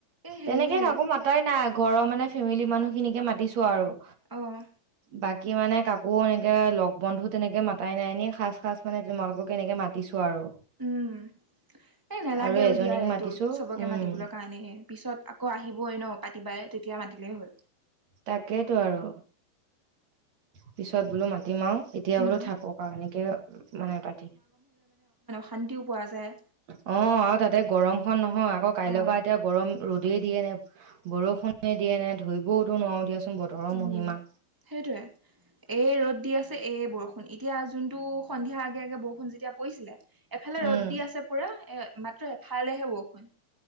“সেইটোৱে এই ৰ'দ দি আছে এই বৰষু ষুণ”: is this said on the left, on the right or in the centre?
Right